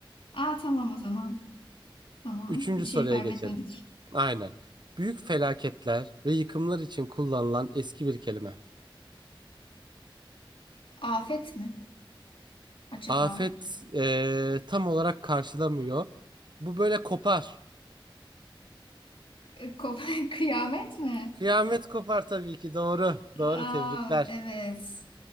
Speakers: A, on the left (about 80°); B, on the right (about 55°).
A: Aa tamam o zaman. Tamam.
B: Üçüncü
A: Bir şey
B: soruya
A: kaybetmedik.
B: geçelim. Aynen. Büyük felaketler ve yıkımlar için kullanılan eski bir kelime.
A: Afet mi acaba?
B: Afet eee, tam olarak karşılamıyor. Bu böyle kopar.
A: Ee, Kop- <laughs> Kıyamet mi?
B: Kıyamet kopar tabii ki doğru. Doğru
A: Aa
B: tebrikler.
A: evet.